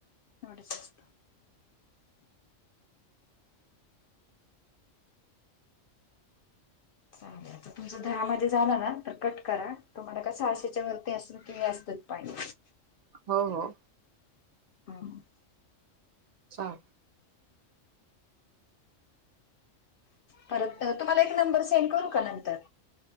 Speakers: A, on the left; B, on the right.
A: येवढच चालेल. तुमच दहा मध्ये झालं ना तर कट करा तुम्हाला का सहाशेच्या वरती असून कि असतात पाणी
B: हो हो.
A: हम
B: चाल
A: परत तुम्हाला एक नंबर सेंड करू का नंतर